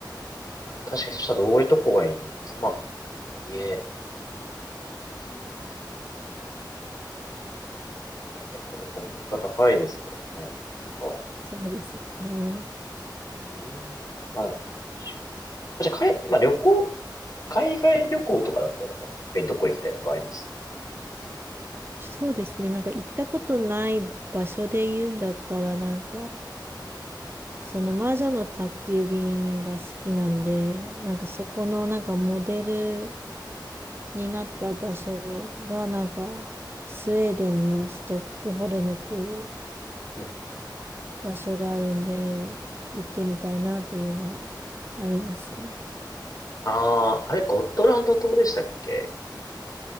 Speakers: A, on the left; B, on the right.
A: まあ確かに、そしたらどういうとこがいいんですかまあ、家、結構どこも物価高いですからね、なんか。
B: そうですよね。
A: うん。まあでも、しじゃあ、かい、まあ旅行、海外旅行とかだったら、逆にどこ行きたいとかあります
B: そうですね。なんか行ったことない場所で言うんだったら、なんか、その魔女の宅急便が好きなんで、なんかそこのなんかモデルになった場所がなんかスウェーデンのストックホルムっていう
A: うんうんうん。
B: 場所があるんで行ってみたいなっていうのはありますね。
A: ああ、あれ、ゴットランド島でしたっけ